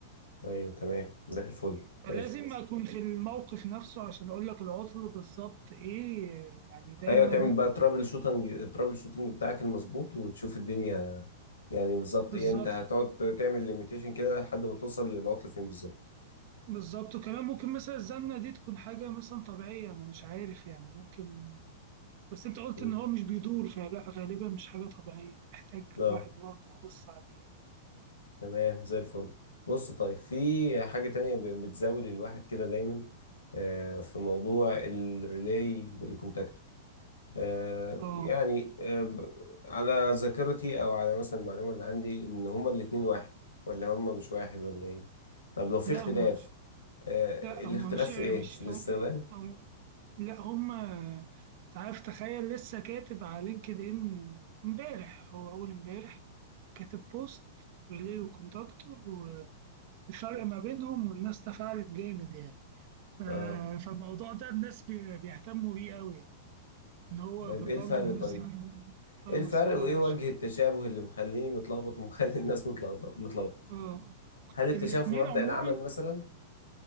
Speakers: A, on the left; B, on the right.
A: ايوه تمام زي الفل
B: فلازم
A: ماشي
B: اكون في الموقف نفسه عشان اقول لك العطل بالظبط ايه يعني دايما
A: ايوه تعمل بقى ترابل شوتنج الترابل شوتنج بتاعك المظبوط وتشوف الدنيا يعني بالظبط
B: بالظبط
A: يعني انت هتقعد تعمل ليميتيشن كده لحد ما توصل للعطل فين بالظبط
B: بالظبط وكمان ممكن مثلا الزمنة دي تكون حاجة مثلا طبيعية أنا مش عارف يعني ممكن بس أنت قلت
A: مم.
B: إن هو مش بيدور فلا غالبا مش حاجة طبيعية محتاج
A: اه
B: الواحد برضه يبص عليها
A: تمام زي الفل بص طيب في حاجة تانية ب- بتزاول الواحد كده دايما آه، في موضوع الريلاي والكونتاكتور آه،
B: آه
A: يعني آه، ب- على ذاكرتي او على مثلا المعلومة اللي عندي ان هما الاتنين واحد ولا هما مش واحد ولا ايه طب لو في
B: لا
A: اختلاف
B: هما مش
A: آه،
B: لا
A: الاختلاف
B: هما مش مش
A: في ايه في الاستخدام
B: هم- لا هما أنت عارف تخيل لسه كاتب على لينكد إن إمبارح هو أول إمبارح كاتب بوست ريلي وكونتاكتور والفرق ما بينهم والناس تفاعلت جامد يعني ف-
A: اه
B: فالموضوع ده الناس بي- بيهتموا بيه قوي يعني. ان هو
A: طيب
B: برضه
A: ايه الفرق
B: الناس
A: طيب
B: عندهم- اه
A: ايه الفرق
B: مسألة
A: وايه وجه التشابه اللي مخليني متلخبط ومخلي <laughs> الناس متلخبط متلخبط
B: اه
A: هل التشابه
B: الاتنين
A: في مبدأ
B: عموما
A: العمل مثلا